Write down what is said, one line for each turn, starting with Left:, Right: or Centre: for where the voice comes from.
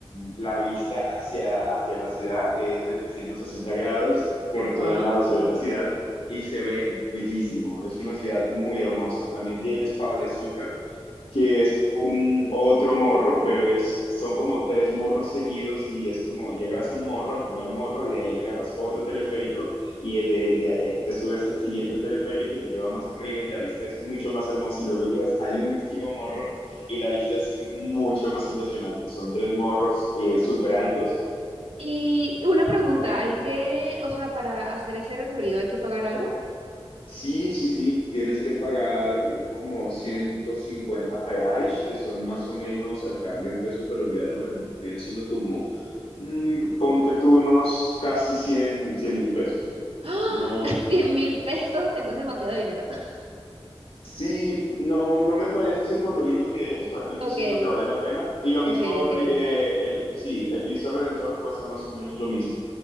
Left: la vista hacia, hacia la ciudad es de 360 grados, por
Right: Wow.
Left: todo lado se ve la ciudad y se ve bellísimo. Es una ciudad muy hermosa. También tiene pavos de azúcar, que es un otro morro, pero es, son como tres morros seguidos y es como llegas a un morro, al primer morro, y de ahí agarras otro teleférico y de, de- eh, te subes al siguiente teleférico y te lleva más arriba y la vista es mucho más hermosa y luego llegas al último morro y la vista es mucho más impresionante. Son tres morros eh, súper altos
Right: Y una pregunta, ¿hay que, o sea, para hacer ese recorrido hay que pagar algo?
Left: Sí, sí, sí, tienes que pagar como 150 reais, que son más o menos al cambio en peso colombiano, vendrían siendo como, mm, ponte tú unos casi cien, cien mil pesos.
Right: ¡Ah!
Left: No,
Right: <laughs> 100 mil pesos, eso es demasiado dinero. <laughs>
Left: sí, no, no me parece por lo lindo que es, realmente
Right: Ok,
Left: siento que vale la pena. Y lo
Right: ok,
Left: mismo, ri-
Right: ok.
Left: eh, el, sí, el Cristo Redentor cuesta más o menos lo mismo,